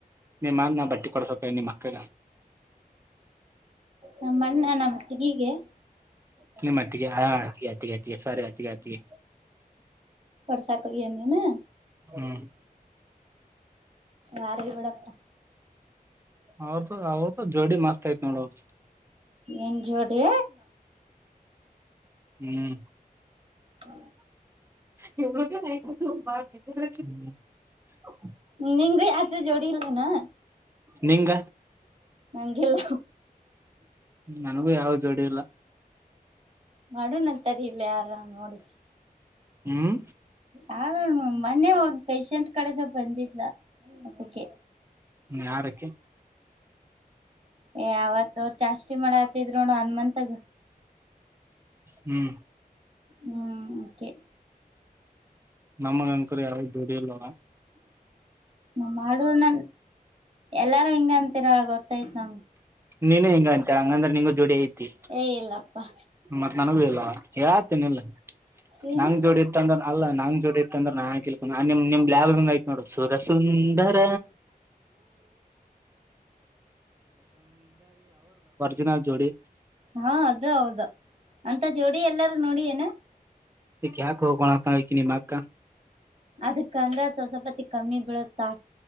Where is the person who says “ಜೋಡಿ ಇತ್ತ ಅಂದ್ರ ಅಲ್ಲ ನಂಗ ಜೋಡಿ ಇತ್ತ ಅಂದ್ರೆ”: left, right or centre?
Right